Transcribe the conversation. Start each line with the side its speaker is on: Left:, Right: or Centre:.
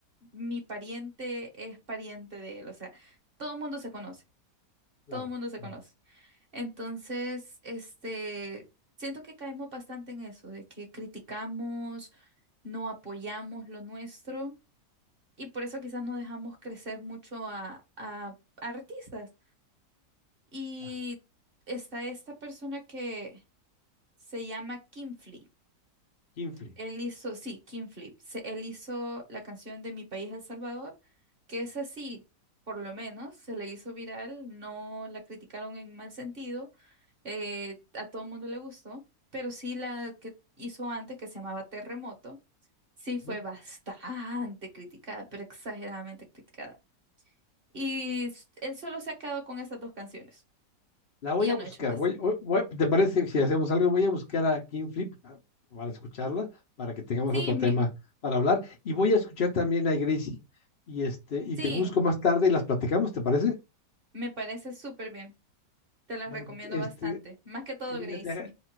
Right: mi pariente es pariente de él. O sea, todo el mundo se conoce,
Left: Claro,
Right: todo el mundo se
Left: claro.
Right: conoce. Entonces, este, siento que caemos bastante en eso, de que criticamos, no apoyamos lo nuestro y por eso quizás no dejamos crecer mucho a, a artistas. Y
Left: Ya.
Right: está esta persona que se llama Kinfly.
Left: Kinfly.
Right: Él hizo, sí, King Flip. Se- él hizo la canción de Mi País El Salvador, que es así, por lo menos, se le hizo viral, no la criticaron en mal sentido, eh, a todo el mundo le gustó, pero sí la que hizo antes, que se llamaba Terremoto, sí fue
Left: Ok.
Right: bastante criticada, pero exageradamente criticada. Y s- él solo se ha quedado con esas dos canciones
Left: La voy
Right: y ya
Left: a buscar.
Right: no ha hecho más.
Left: Voy, voy- ¿te parece si hacemos algo? Voy a buscar a King Flip a- para escucharla, para que tengamos
Right: Sí,
Left: otro
Right: mi-
Left: tema para hablar. Y voy a escuchar también a Gracie y este, y
Right: sí,
Left: te busco más tarde y las platicamos, ¿te parece?
Right: me parece súper bien. Te las
Left: Bueno,
Right: recomiendo
Left: pues, este,
Right: bastante. Más que todo,
Left: Elena,
Right: Gracie.
Left: te agra-